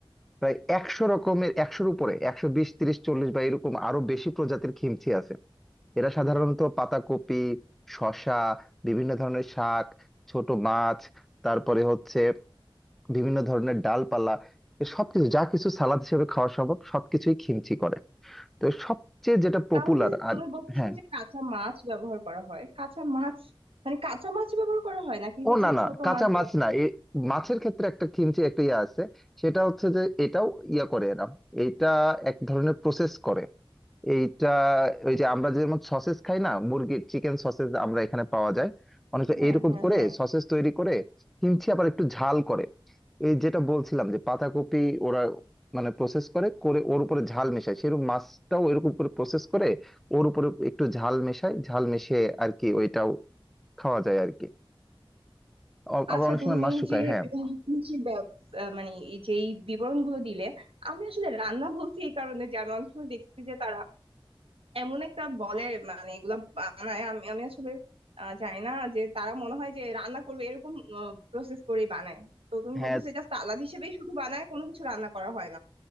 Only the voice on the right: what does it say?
তাহলে
তুমি বলতেছো
যে কাঁচা মাছ ব্যবহার করা হয় কাঁচা মাছ মানে কাঁচা মাছ ব্যবহার করা হয় নাকি
হচ্ছে
ছোট
মাছ
ব্যব-
হ্যাঁ
হ্যাঁ
হ্যাঁ
আচ্ছা
তুমি
যে
তুমি যে ব্যব- আহ, মানে এই যে এই বিবরণগুলো দিলে আমি আসলে রান্না বলছি এই কারণে যে আমি অনেক সময় দেখছি যে তারা এমন একটা বলে মানে এগুলা বানায় আমি আমি আসলে আহ, জানি না যে তারা মনে হয় যে রান্না করবে এরকম প্রসেস করেই বানায় তো তুমি
বলতেছো এটা সালাদ হিসেবেই শুধু বানায় কোনো কিছু রান্না করা হয় না